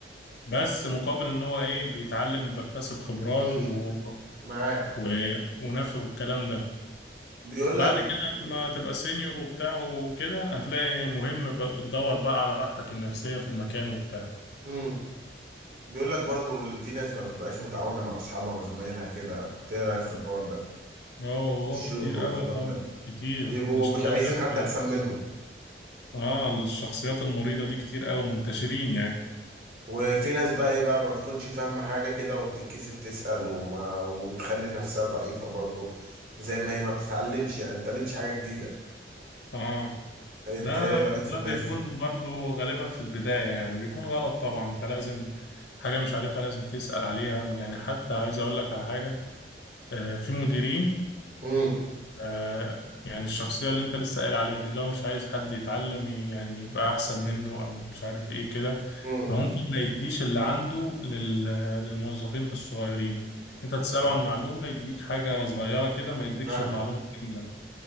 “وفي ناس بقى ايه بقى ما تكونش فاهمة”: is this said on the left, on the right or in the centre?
Right